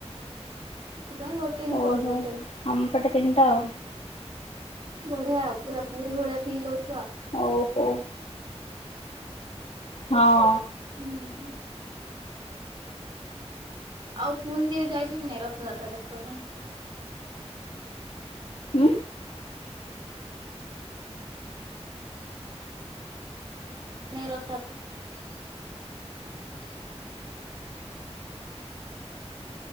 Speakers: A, on the right (about 40°); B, on the left (about 70°).
A: ସେଥିପାଇଁ ଗୋଟେ ହିଁ
B: ଓହୋ
A: କରିଦଉ
B: ଆମ ପଟେ ତିନିଟା ଆଉ।
A: ବଢିଆ ଆଉ ପୁରା ପୁରୀ ଭଳିଆ ଫିଲ୍ ହଉ
B: ହଉ ହଉ। ହଁ।
A: ହୁଁ। ଆଉ ପୁରୀ କେବେ ଯାଇଛ କି ନାଇଁ ରଥଯାତ୍ରା ଦେଖିବାକୁ?
B: ଉଁ
A: <unintelligible>